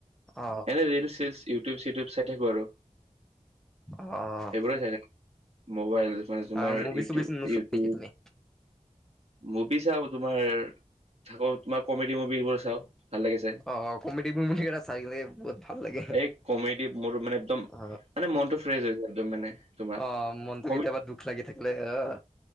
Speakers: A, in the centre; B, on the right (about 50°).
A: অ
B: এনে ৰিলচ চিলচ ইউটিব চিউটিব চাই থাকোঁ আৰু।
A: অ'।
B: এইবোৰে চাই <unintelligible> মবাইল মানে তোমাৰ
A: অ মুভি
B: ইউটিউব
A: চুভি নোচোৱা
B: ইউটিউব
A: নেকি তুমি
B: মভি চাও তোমাৰ থাকত তোমাৰ কমেডি মভিবোৰ চাও ভাল লাগে চাই।
A: অ কমেডি মুভি এটা চাই কিনে বহুত ভাল লাগে
B: এক কমেদি মোৰ মানে একদম
A: অ
B: মানে মনটো ফ্ৰেছ হৈ যায় একদম মানে। তোমাৰ
A: অ', মনটো
B: কমেডি
A: কেতিয়াবা দুখ লাগি থাকিলে এ, আ